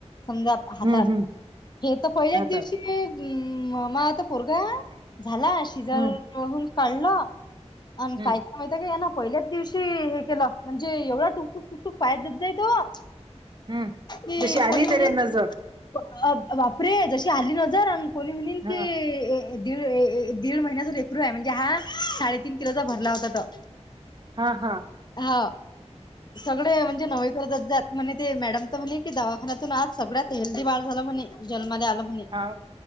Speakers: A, on the left; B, on the right.
A: समजा हातात,
B: हं, हं.
A: हे तर पहिल्याच
B: आता
A: दिवशी. म... मा आता, पोरगा झालासं. शिजहून
B: हं,
A: काढलं आणि
B: हं,
A: काय माहित का या ना पहिल्याच दिवशी हे केलं, म्हणजे एवढं टुकटुक टुकटूक पायाज जाय तो.
B: हं.
A: कि
B: जशी आली
A: कोणी
B: तेरे
A: <unintelligible>
B: नजर.
A: बापरे जशी आली नजर, आणि कोणी म्हनील
B: हां,
A: की. दीड ऐ दीड महिन्याच लेकरू आहे म्हणजे हा साडेतीन किलोचा भरला होता तो
B: हा हा.
A: हाव सगळे म्हणजे नवे करतच जात. म्हणे ते मॅडम तर म्हणे की, दवाखान्यातून आज सगळ्यात हेल्दी बाळ झालं म्हणे जलमाला आलं. म्हणे. म्हणे
B: हां,